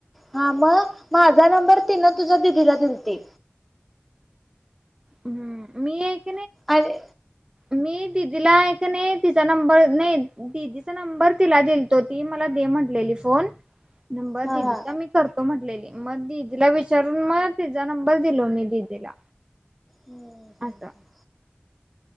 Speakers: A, in the centre; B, on the right (about 20°).
A: हा मग माझा नंबर ती ना तुझ्या दिदीला दिल ती.
B: हम्म मी एक.
A: अरे,
B: मी दिदीला नाही तिचा नंबर नाही दिदीचा नंबर तिला दिलतो ती मला दे म्हटल्याली फोन नंबर
A: हा
B: दीदीचा
A: हा
B: मी करतो म्हटल्याली. मग दिदीला विचारून म तीजा नंबर दिलो मी दिदीला.
A: हम्म हम्म
B: असं
A: हम्.